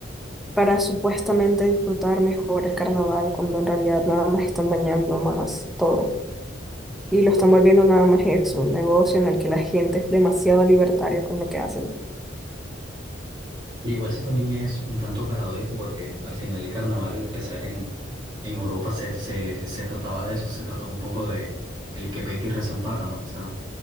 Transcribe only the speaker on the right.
Y Igual eso también es un tanto paradójico porque al final el carnaval al empezar en, en Europa se, se, se trataba de eso, se trató un poco de el que peca y reza empata, ¿no? O sea,